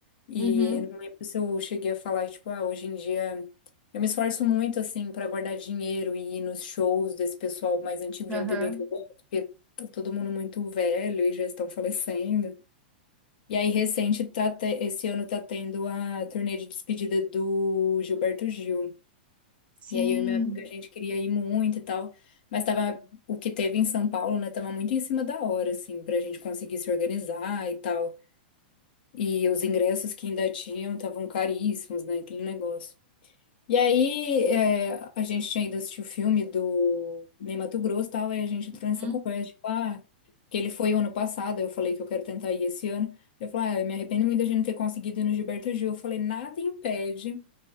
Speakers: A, on the left (about 65°); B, on the right (about 25°).
A: e
B: Uhum,
A: eu não lembro se eu cheguei a falar, tipo, ah, hoje em dia eu me esforço muito, assim, pra guardar dinheiro e ir nos shows desse pessoal mais antigo
B: aham,
A: de MPB que eu gosto, porque tá todo mundo muito velho e já estão falecendo. E aí, recente, tá te- esse ano tá tendo a turnê de despedida do Gilberto Gil.
B: Sim,
A: E aí, eu e meu amigo, a gente queria ir muito e tal. Mas tava, o que teve em São Paulo, né, tava muito em cima da hora, assim, pra gente conseguir se organizar e tal. E os ingressos que ainda tinham estavam caríssimos, né, aquele negócio. E aí, é, a gente tinha ido assistir o filme do Ney Matogrosso e tal, aí a gente entrou nessa
B: uhum,
A: conversa, tipo, ah, que ele foi o ano passado, eu falei que eu quero tentar ir esse ano. Ele falou, ah, eu me arrependo muito da gente não ter conseguido ir no Gilberto Gil. Eu falei, nada impede